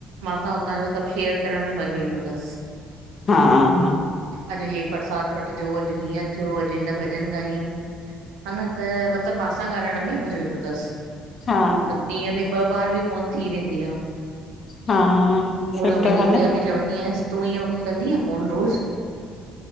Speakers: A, on the right; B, on the left.
A: मां खां हुतां जो सभु शेयर करण में मज़ो ईंदो तसि।
B: हा -हा,
A: अॼु हे परसाद बटिजो, अॼु हीअं थियो, अॼु हिन भॼन गायईं। हा, न त मतिलबु मां सां ॻालाइण में मज़ो ईंदो अथसि
B: हा
A: मतिलबु ॾींहं में ॿ ॿारि बि फोन थी वेंदी आ।
B: हा
A: हुए
B: सुठो
A: मां पंहिंजी
B: आहे न।
A: गुॾिया खे चवंदी आहियास तूं हीअ मूंखे कंदी फोन रोज़।